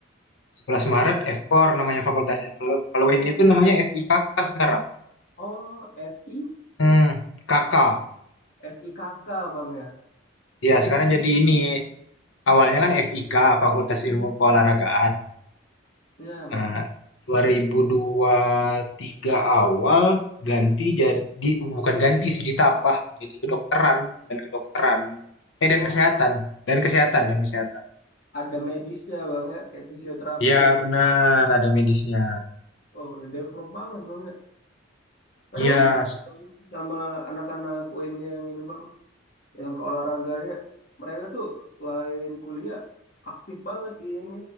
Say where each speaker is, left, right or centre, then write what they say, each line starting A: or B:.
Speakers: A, on the left (about 70°); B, on the left (about 45°).
A: 11 Maret FKOR namanya fakultasnya. Kalau kalau
B: Iya.
A: ini itu namanya FIKK sekarang.
B: Oh, FI?
A: Hmm, KK.
B: FI kakak, Bang ya.
A: Ya, sekarang jadi ini awalnya kan FIK Fakultas Ilmu Keolahragaan.
B: Iya, Bang.
A: Nah, dua ribu dua ribu tiga awal ganti jadi bukan ganti sih ditambah jadi kedokteran dan kedokteran eh dan
B: Oh,
A: kesehatan dan kesehatan dan kesehatan.
B: ada medisnya, Bang ya. Kayak fisioterapi
A: Iya
B: dan...
A: benar ada medisnya.
B: Oh, udah develop banget, Bang ya? Kadang
A: Iya.
B: aku salut
A: se-
B: Bang, sama anak-anak UIN yang ini bang, yang keolahragaannya. Mereka tuh selain kuliah aktif banget di ini,